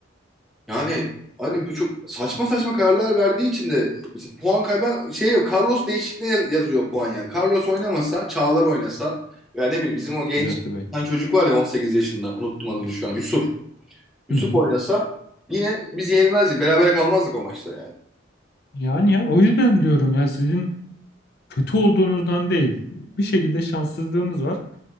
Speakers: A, in the centre; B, on the left.
A: Yani hani bu çok saçma saçma kararlar verdiği için de işte puan kaybeden şey yok Carlos değişikliğine yaz- yazıyor puan yani. Carlos oynamasa Çağlar oynasa veya ne bileyim bizim o genç
B: Olacaktı
A: bir
B: belki.
A: tane çocuk var ya 18 yaşında unuttum adını şu an Yusuf. Yusuf
B: Hı hı.
A: oynasa yine biz yenilmezdik berabere kalmazdık o maçta yani.
B: Yani ya o yüzden diyorum ya sizin kötü olduğunuzdan değil. Bir şekilde şanssızlığınız var.